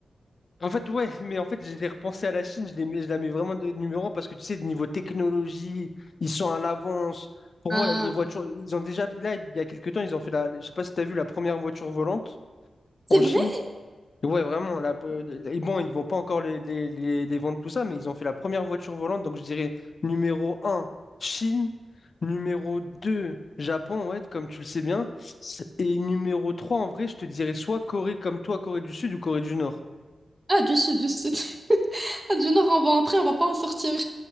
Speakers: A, on the left; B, on the right.
A: En fait, ouais, <laughs> mais en fait, j'ai repensé à la Chine, je, les mets- je la mets vraiment de numéro un parce que tu sais, niveau technologie, ils sont à l'avance. Pour
B: Ah,
A: moi, les voitures, ils ont déjà, là, il y a quelques temps, ils ont fait la, je sais pas si t'as vu la première voiture volante
B: c'est
A: en
B: vrai?
A: Chine. Ouais, vraiment. La, po- et bon, ils vont pas encore les, les, les, les vendre tout ça, mais ils ont fait la première voiture volante. Donc, je dirais numéro un Chine. Numéro 2 Japon, ouais, comme tu le sais bien. Et numéro 3 en vrai, je te dirais soit Corée comme toi, Corée du Sud ou Corée du Nord.
B: Ah, du sud, du sud. <laughs> Ah, Du nord, on va entrer, on va pas en sortir.